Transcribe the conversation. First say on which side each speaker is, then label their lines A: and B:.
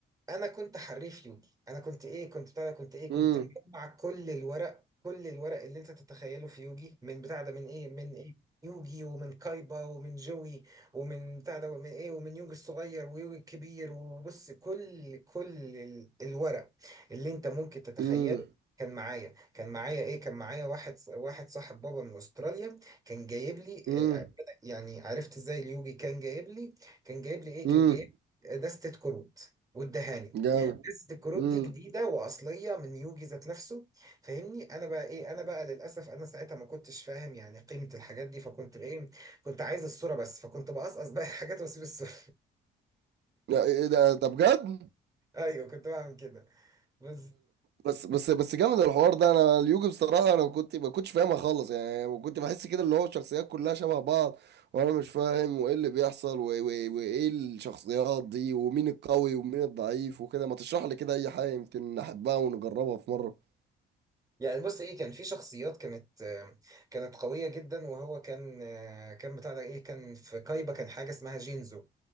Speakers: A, on the right (about 15°); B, on the right (about 55°).
A: انا كنت حريف يوجي انا كنت ايه كنت بتاع ده، كنت ايه
B: امم
A: كنت مجمع كل الورق كل الورق اللي انت تتخيله في يوجي من بتاع ده من ايه من ايه يوجي ومن كايبا ومن جوي ومن بتاع ده ومن ايه ومن يوجي الصغير ويوجي الكبير وبص كل كل ال- الورق اللي انت ممكن تتخيله
B: امم
A: كان معايا كان معايا ايه كان معايا واحد واحد صاحب بابا من استراليا كان جايب لي
B: امم
A: آه، آه، يعني عرفت ازاي اليوجي كان جايب لي كان جايب لي ايه
B: امم
A: كان جايب لي دستة كروت والدهاني
B: جامد
A: قصه الكروت
B: امم
A: دي جديده واصليه من يوجي ذات نفسه فاهمني انا بقى ايه انا بقى للاسف انا ساعتها ما كنتش فاهم يعني قيمه الحاجات دي فكنت ايه كنت عايز الصوره بس فكنت بقصقص بقى <laughs> الحاجات واسيب الصوره
B: لا ايه ده ده بجد
A: <laughs> ايوه كنت بعمل كده بس
B: بس بس بس جامد الحوار ده انا اليوجي بصراحه انا كنت ما كنتش فاهمها خالص يعني كنت بحس كده اللي هو الشخصيات كلها شبه بعض وانا مش فاهم وايه اللي بيحصل و- و- وايه الشخصيات دي ومين القوي ومين الضعيف وكده ما تشرح لي كده اي حاجه يمكن نحبها ونجربها في مره
A: يعني بص ايه كان في شخصيات كانت آه، كانت قوية جدا وهو كان آه، كان بتاع ده ايه كان في كايبا كان حاجة اسمها جينزو